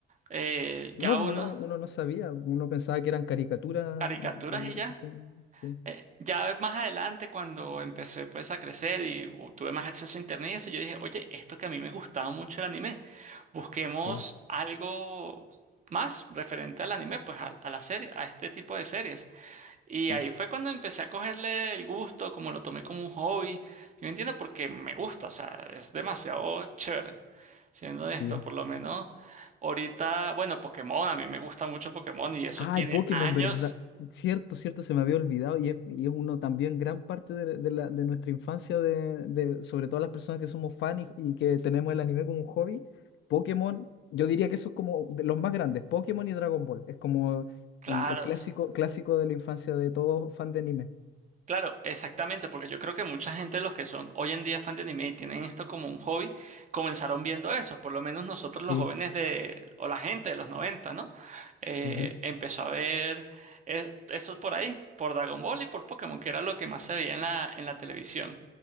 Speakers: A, on the right (about 35°); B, on the left (about 70°).
A: Eh,
B: No,
A: ya
B: pues,
A: uno,
B: uno, uno no sabía, uno pensaba que eran caricaturas.
A: caricaturas
B: mm, mm,
A: y ya.
B: mm, Sí, sí,
A: Eh, ya más adelante, cuando empecé pues a crecer y uh, tuve más acceso a internet y eso, yo dije, oye, esto que a mí me gustaba mucho el anime, busquemos
B: sí,
A: algo más referente al anime, pues a, a la serie, a este tipo de series. Y
B: sí,
A: ahí fue cuando empecé a cogerle el gusto, como lo tomé como un hobby. Yo entiendo porque me gusta, o sea, es demasiado chévere, siendo honesto,
B: sí,
A: por lo menos. Ahorita, bueno, Pokémon, a mí me gusta mucho Pokémon y eso
B: Ay,
A: tiene
B: Pokémon,
A: años.
B: ¿verdad? Cierto, cierto, se me había olvidado y es, y es uno también gran parte de, de la- de nuestra infancia, de, de- sobre todo las personas que somos fan y, y que tenemos el anime como un hobby. Pokémon, yo diría que eso es como de los más grandes, Pokémon y Dragon Ball. Es como
A: Claro,
B: el, el clásico,
A: s-
B: clásico de la infancia de todo fan de anime.
A: claro, exactamente, porque yo creo que mucha gente de los que son hoy en día fan de anime y tienen esto como un hobby, comenzaron viendo eso, por lo menos nosotros los
B: Sí,
A: jóvenes de, o la gente de los noventa ¿no? eh,
B: ujú,
A: empezó a ver eh, eso por ahí, por Dragon Ball y por Pokémon, que era lo que más se veía en la, en la televisión.